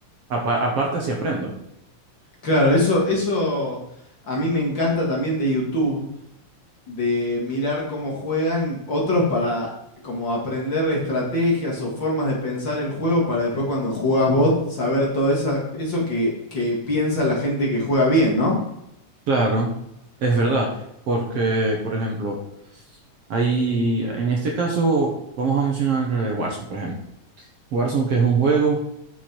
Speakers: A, on the right; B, on the left.
A: Apa- aparte así aprendo.
B: Claro, eso, eso a mí me encanta también de YouTube, de mirar cómo juegan otros para como aprender estrategias o formas de pensar el juego para después cuando jugás vos saber todo esa, eso que, que piensa la gente que juega bien, ¿no?
A: Claro, es verdad, porque, por ejemplo, ahí, en este caso, vamos a mencionar eh, Warzone, por ejemplo. Warzone que es un juego